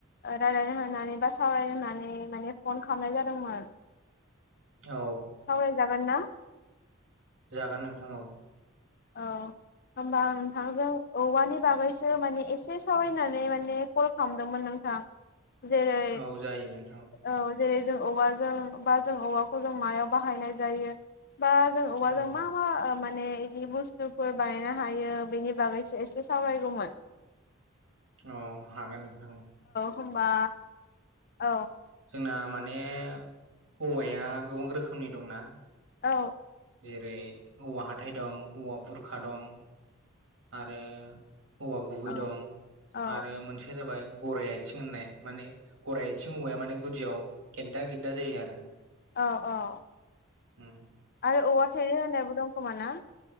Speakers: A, on the left; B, on the right.
A: रायजलाय होनानै बा सावराय होननानै माने फन खालामनाय जादोंमोन।
B: औ
A: सावराय जागोन ना?
B: जागोन नोंथां औ।
A: औ होमबा आं नोंथांजों औवानि बागैसो माने एसे सावरायनानै माने कल खालामदोंमोन नोंथां। जेरै
B: औ जायो नोंथां
A: औ जेरै जों औवाजों बा जों औवाखौ जों मायाव बाहायनाय जायो। बा जों औवा
B: औ
A: जों मा मा माने बुु बनो ह बेनि बागै एसे सावराइगौमोन
B: अ हागोन नोंथां ओ
A: होमबा औ
B: जंना माने औवाया गोबां रोखोमनि दंना।
A: औ
B: जेरै औवा हाथाइ दं औवा बुरखा दं आरो औवा गुबै
A: औ
B: दं
A: औ
B: आरो मोनसेया जाबाय गराइ आथिं होननाय। माने गराइ आथिं औवाया माने गुदियाव गेददा गेददा जायो आरो
A: औ औ
B: होम
A: आरो औवा थेरि होननायबो दं खोमा ना?